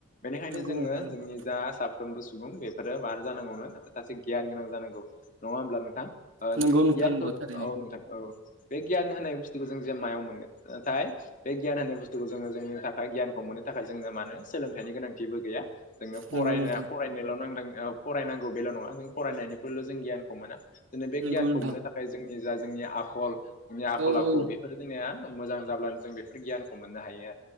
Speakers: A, on the left (about 40°); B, on the right (about 75°).
A: बेनिखायनो
B: नंगौ
A: जोङो
B: नोंथां नंगौ
A: जोंनि जा सा फ्रोमबो सुबुं बेफोरो मा जानांगौनो सासे गियान गोनां जानांगौ नङा होमब्ला नोंथां? ओ
B: नंगौ
A: जोंनि
B: नोंथां
A: गियानखौ
B: नंगौ थारैनो
A: औ नोंथां औ बे गियान होनाय बुस्थुखौ जों जे मायाव मोनगोन नाथाय बे गियान होननाय बुस्थुखौ जोङो जोंनि थाखाय गियानखौ मोननो थाखाय जोंनो मानो सोलोंथाइनि गोनांथिबो गैया। जोंनो फराय
B: नंगौ
A: <unintelligible>
B: नोंथां
A: <unintelligible> फरायनांगौ बेल' नङा जों फरायनायनिख्रुयल' जों गियानखौ मोना जोंनो बे
B: नंगौ
A: गियानखौ
B: नोंथां
A: मोननो थाखाय जोंनि जा जोंनि आखल जोंनि आखल
B: औ
A: आखु
B: औ
A: बेफोर जोंनिया मोजां जाब्लानो जों बेफोर गियानखौ मोननो हायो